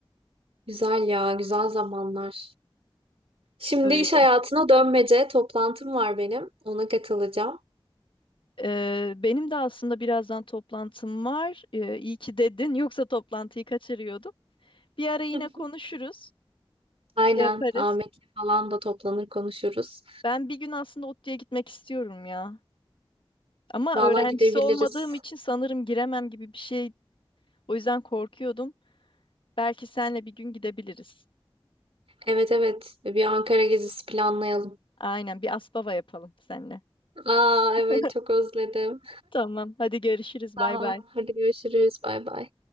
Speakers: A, on the right; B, on the left.
A: güzel ya güzel zamanlar. Şimdi
B: Öyle.
A: iş hayatına dönmece toplantım var benim. Ona katılacağım.
B: Ee, benim de aslında birazdan toplantım var. Ee, iyi ki dedin. <laughs> Yoksa toplantıyı kaçırıyordum. Bir ara yine
A: <laughs>
B: konuşuruz.
A: Aynen.
B: Şey yaparız.
A: Ahmet'le falan da toplanır konuşuruz.
B: Ben bir gün aslında ODTÜ'ye gitmek istiyorum ya. Ama
A: Valla
B: öğrencisi
A: gidebiliriz.
B: olmadığım için sanırım giremem gibi bir şey. O yüzden korkuyordum. Belki senle bir gün gidebiliriz.
A: Evet evet. Bir Ankara gezisi planlayalım.
B: Aynen bir aspava yapalım seninle.
A: Aa
B: <laughs>
A: evet çok özledim.
B: Tamam. Hadi görüşürüz.
A: Tamam.
B: Bay bay.
A: Hadi görüşürüz. Bay bay.